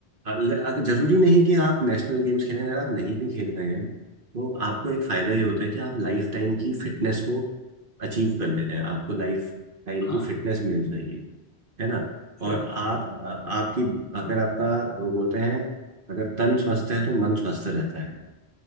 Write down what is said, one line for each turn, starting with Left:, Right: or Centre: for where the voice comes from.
Right: अल- अ- जरूरी नहीं कि आप नेशनल गेम्स खेलें अगर आप नहीं भी खेल रहे हैं तो आपको एक फायदा ये होता है कि आप लाइफ टाइम की फिटनेस को अचीव कर ले रहे हैं आपको लाइफ टाइम
Left: हाँ
Right: की फिटनेस मिल रही है है ना और
Left: सही है
Right: आप अ, आपकी अगर आपका वो बोलते हैं अगर तन स्वस्थ है तो मन स्वस्थ रहता है